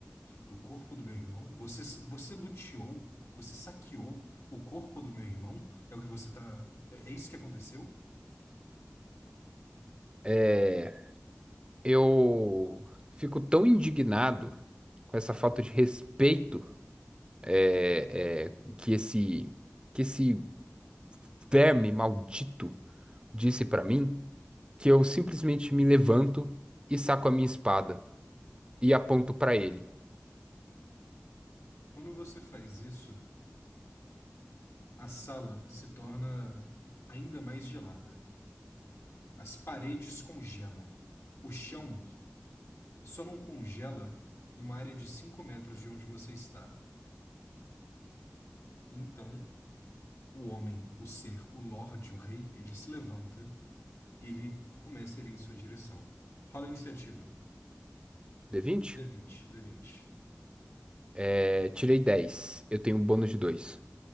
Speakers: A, on the left; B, on the right.
A: Do corpo do meu irmão? Você, você luteou? Você saqueou o corpo do meu irmão? É o que você tá. É, é isso que aconteceu?
B: é, eu fico tão indignado com essa falta de respeito é, é, que esse que esse verme maldito disse para mim que eu simplesmente me levanto e saco a minha espada e aponto para ele.
A: Quando você faz isso, a sala se torna ainda mais gelada. As paredes congelam. O chão só não congela numa área de 5 metros de onde você está. Então, o homem, o ser, o lorde, o rei, ele se levanta e ele começa a ir em sua direção. Rola a iniciativa.
B: D20?
A: d vinte. d vinte.
B: É, tirei dez, Eu tenho um bônus de dois.